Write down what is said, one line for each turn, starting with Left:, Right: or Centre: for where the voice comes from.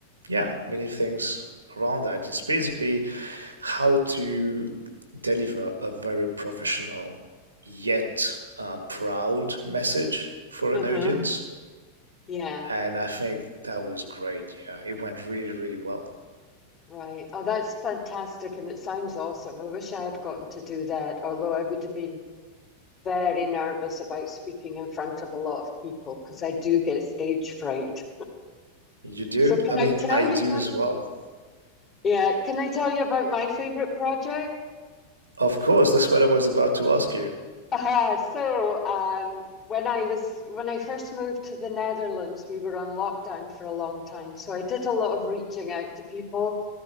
Right: yeah, many things around that. It's basically how to deliver a very professional yet uh, proud message for
Left: Uh-huh.
Right: an audience.
Left: Yeah.
Right: And I think that was great. Yeah, it went really, really well.
Left: Right. Oh, that's fantastic. And it sounds awesome. I wish I had gotten to do that, although I would have been very nervous about speaking in front of a lot of people because I do get stage fright.
Right: You do?
Left: So, can
Right: I mean,
Left: I tell
Right: I
Left: you
Right: do
Left: about,
Right: as well.
Left: yeah, can I tell you about my favorite project?
Right: Of course, that's what I was about to ask you.
Left: Ah, so, um, when I was, when I first moved to the Netherlands, we were on lockdown for a long time. So I did a lot of reaching out to people